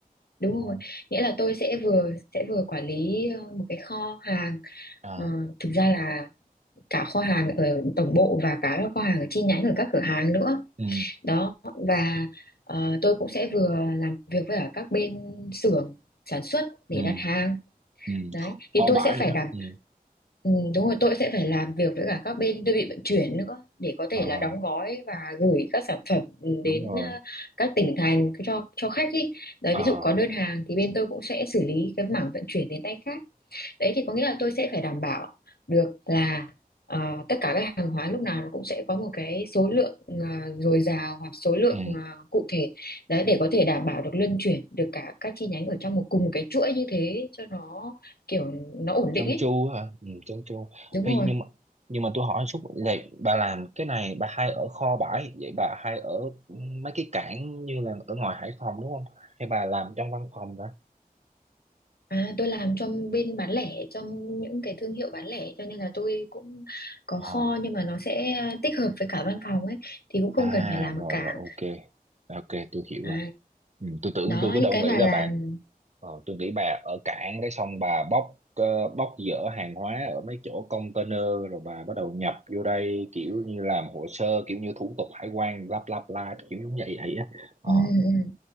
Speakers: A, on the left (about 85°); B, on the right (about 45°).
A: đúng
B: Ồ,
A: rồi nghĩa là tôi sẽ vừa sẽ vừa quản lý ờ, một cái kho hàng
B: à,
A: Ờ, thực ra là cả kho hàng ở tổng bộ và cả kho hàng ở chi nhánh ở các cửa hàng nữa
B: ừ,
A: đó và ờ, tôi cũng sẽ vừa làm việc với cả các bên xưởng sản xuất để
B: ừ,
A: đặt hàng
B: ừ.
A: đấy thì
B: kho
A: tôi
B: bãi
A: sẽ
B: rồi
A: phải
B: đó
A: đảm
B: ừ.
A: ừ, đúng rồi tôi sẽ phải làm việc với cả các bên đơn vị vận chuyển nữa để có thể
B: Ờ,
A: là đóng gói và gửi các sản phẩm
B: đúng
A: đến
B: rồi
A: ờ, các tỉnh thành cho cho khách ý. Đấy
B: Ờ,
A: ví dụ có đơn hàng thì bên tôi cũng sẽ xử lý cái mảng vận chuyển đến tay khách đấy thì có nghĩa là tôi sẽ phải đảm bảo được là ờ, tất cả các hàng hóa lúc nào nó cũng sẽ có một cái số lượng ờ, dồi dào hoặc số lượng
B: ừ.
A: ờ, cụ thể đấy để có thể đảm bảo được luân chuyển được cả các chi nhánh ở trong một cùng một cái chuỗi như thế cho nó kiểu nó ổn
B: chân
A: định ấy
B: chu hả ừ, chân chu
A: đúng
B: Ê,
A: rồi
B: nhưng mà nhưng mà tôi hỏi chút vậy bà làm cái này bà hay ở kho bãi vậy bà hay ở mấy cái cảng như là ở ngoài Hải Phòng đúng không hay bà làm trong văn phòng đó
A: à, tôi làm trong bên bán lẻ trong những cái thương hiệu bán lẻ cho nên là tôi cũng có
B: Ờ.
A: kho nhưng mà nó sẽ tích hợp với cả văn phòng ấy thì cũng không
B: À
A: cần phải làm
B: rồi
A: ở cảng
B: rồi ok. Ok tôi hiểu
A: à,
B: rồi. Ừ, tôi tưởng
A: đó
B: tôi cứ đâu
A: những cái
B: nghĩ
A: mà
B: là
A: làm
B: bạn ờ, tôi nghĩ bà ở cảng cái xong bà bóc ờ, bóc dỡ hàng hóa ở mấy chỗ container rồi bà bắt đầu nhập vô đây kiểu như làm hồ sơ kiểu như thủ tục hải quan lắp lắp la kiểu giống vậy vậy á. Ờ,
A: ừ, ừ.